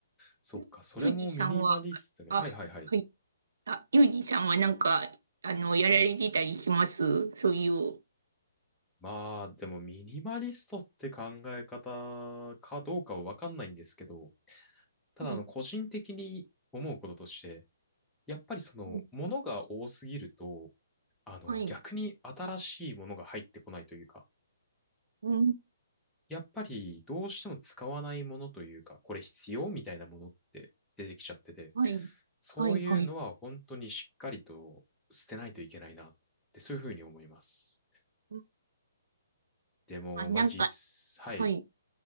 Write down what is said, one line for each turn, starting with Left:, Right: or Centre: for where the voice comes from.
Centre: そっか。
Right: ゆ、
Centre: それもミニマリストね。
Right: ゆうじさんは、あ、
Centre: はいはいはい。
Right: はいあ、ゆうじさんはなんか、あの、やられてたりしますそういう。
Centre: まあでもミニマリストって考え方かどうかはわかんないんですけど、ただあの個人的に思うこととして、
Right: はい。
Centre: やっぱりそのものが多すぎると、
Right: うん
Centre: あの逆に新しいものが入ってこないというか、
Right: はい。うん。
Centre: やっぱりどうしても使わないものというか、これ必要みたいなものって出てきちゃってて、
Right: はい。
Centre: そういうのは本当にしっかりと捨てないといけないなってそういうふうに思います。
Right: はい。はい。うん
Centre: でも、
Right: あ、なんか、
Centre: まあ実、はい、
Right: はい。